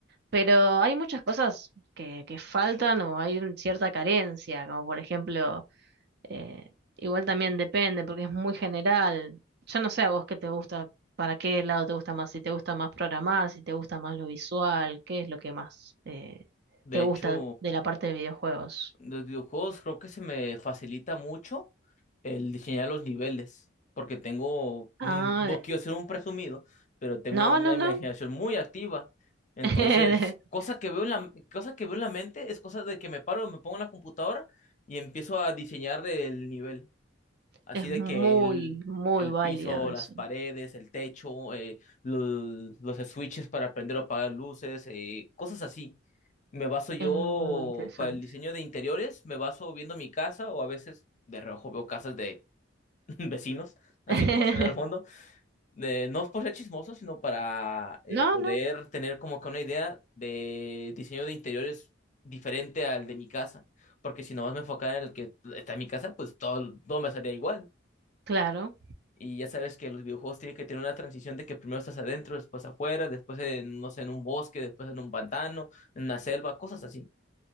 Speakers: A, on the right; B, on the left.
A: Pero hay muchas cosas que, que faltan o hay un- cierta carencia, como por ejemplo, eh, igual también depende porque es muy general. Yo no sé a vos qué te gusta, para qué lado te gusta más, si te gusta más programar, si te gusta más lo visual, qué es lo que más eh,
B: De
A: te gusta
B: hecho,
A: de la parte de videojuegos.
B: Los videojuegos creo que se me facilita mucho el diseñar los niveles, porque tengo,
A: Ah,
B: mm, no quiero ser un presumido, pero tengo
A: no,
B: una
A: no, no.
B: imaginación muy activa. Entonces,
A: <laughs>
B: cosa que veo en la, cosa que veo en la mente es cosa de que me paro, me pongo en la computadora y empiezo a diseñar el nivel. Así
A: Es muy,
B: de que el,
A: muy
B: el
A: válido
B: piso,
A: eso.
B: las paredes, el techo, eh, lo- los, switches para prender o apagar luces, eh, cosas así. Me baso yo
A: Es muy interesante.
B: para el diseño de interiores, me baso viendo mi casa o a veces de reojo veo casas de <laughs> vecinos, así
A: <laughs>
B: como se ven al fondo. Eh, no es por ser chismoso, sino para eh,
A: No,
B: poder
A: no,
B: tener como que una idea de diseño de interiores diferente al de mi casa. Porque si nomás me enfocara en el que está en mi casa, pues todo, todo me salía igual.
A: claro.
B: Y ya sabes que los videojuegos tienen que tener una transición de que primero estás adentro, después afuera, después en, no sé, en un bosque, después en un pantano, en una selva, cosas así.